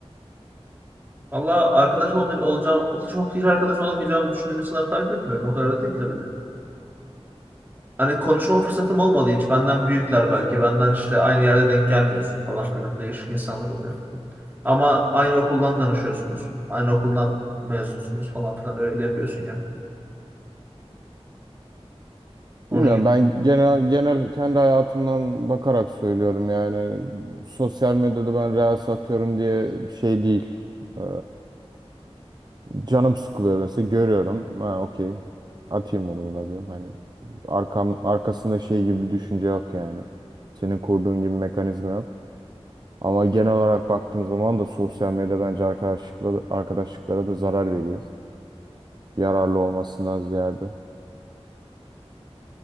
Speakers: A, on the right; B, on the right.
A: valla arkadaş olmay- olacağım, hiç, hiç arkadaş olamayacağımı düşündüğüm insanları takip etmiyorum. O kadar da değil tabii de. Hani konuşma fırsatım olmadı hiç. Benden büyükler belki. Benden işte aynı yerde denk gelmiyorsun falan filan. Değişik insanlar oluyor. Ama aynı okuldan tanışıyorsunuz. Aynı okuldan mezunsunuz falan filan. Öyle yapıyorsun ya. Onun
B: Bilmiyorum
A: gibi.
B: ben genel genel kendi hayatımdan bakarak söylüyorum yani sosyal medyada ben reels atıyorum diye şey değil. Ee, Canım sıkılıyor mesela görüyorum. Ha okey. Atayım bunu buna diyorum. Hani arkam arkasında şey gibi bir düşünce yok yani. Senin kurduğun gibi mekanizma yok. Ama genel olarak baktığım zaman da sosyal medya bence arkadaşlıkla, arkadaşlıklara da zarar veriyor. Yararlı olmasından ziyade.